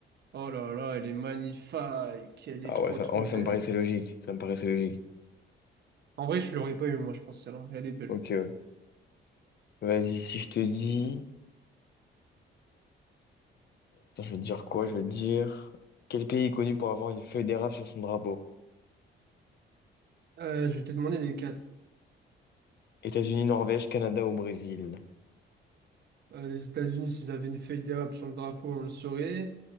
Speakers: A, on the right; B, on the left.
A: Oh là là, elle est magnifique. Elle
B: Ah
A: est trop,
B: ouais, ça,
A: trop
B: en vrai,
A: belle.
B: ça me paraissait logique. Ça me paraissait logique.
A: En vrai, je l'aurais pas eu, moi, je pense, celle-là. Elle est belle.
B: Ok, ok. Vas-y, si je te dis... Attends, je vais te dire quoi? Je vais te dire... Quel pays est connu pour avoir une feuille d'érable sur son drapeau?
A: Euh, je vais te demander les quatre.
B: États-Unis, Norvège, Canada ou Brésil?
A: Euh, les États-Unis, s'ils avaient une feuille d'érable sur le drapeau, on le saurait.